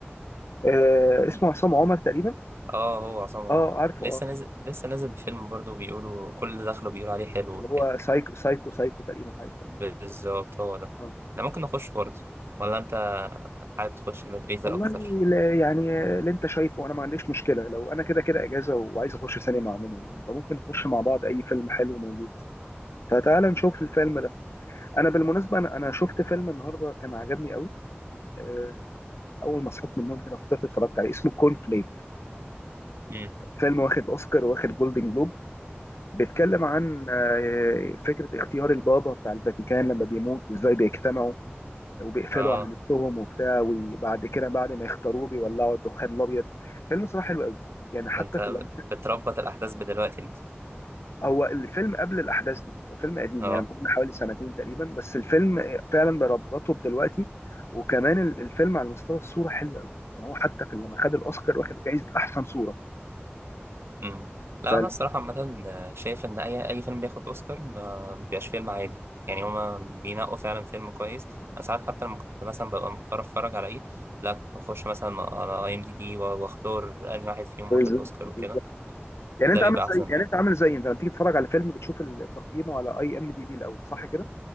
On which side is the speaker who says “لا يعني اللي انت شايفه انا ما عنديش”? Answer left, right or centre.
Left